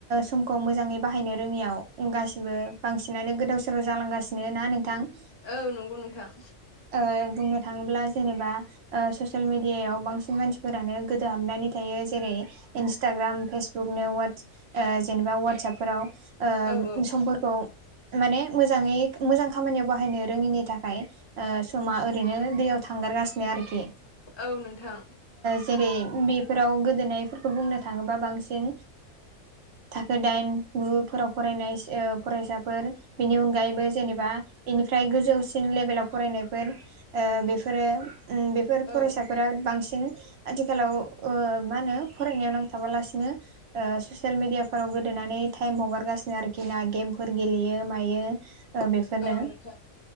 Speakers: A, on the right; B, on the left.
A: समखौ मोजाङै बाहायनो रोङियाव गासिबो बांसिनानो गोदाव सोराव जालांगासिनो ना नोंथां?
B: औ नंगौ नोंथां।
A: ओ बुंनो थाङोब्ला जेनेबा ओ ससियेल मिडि इयायाव बांसिन मानसिफोरानो गोदो हाबनानै थायो जेरै इन्सटाग्राम फेसबुकनो वाट्सप जेनेबा ववाट्सपफोराव ओ
B: औ औ
A: समफोरखौ माने मोजाङै मोजां खामानियाव बाहायनो रोङिनि थाखाय समा ओरैनो दैयाव थांगारगासिनो आरोखि
B: औ नोंथां।
A: जेरै बेफोराव गोदोनायफोरखौ बुंनो थाङोबा बांसिन थाखो दाइन गु फोराव फरायनाय फरायसाफोर बेनि अनगायैबो जेनेबा बेनिफ्राय गोजौसिन लेभेलाव फरायनायफोर बेफोरो उम बेफोर
B: औ
A: फरायसा बिराद बांसिन आथिखालाव ओ मा होनो फरायनायाव नांथाबालासिनो ओ ससियेल मिडियाफोराव गोदोनानै टाइम हगारगासिनो आरोखि ना गेमफोर गेलेयो हायो बेफोरनो
B: औ नोंथां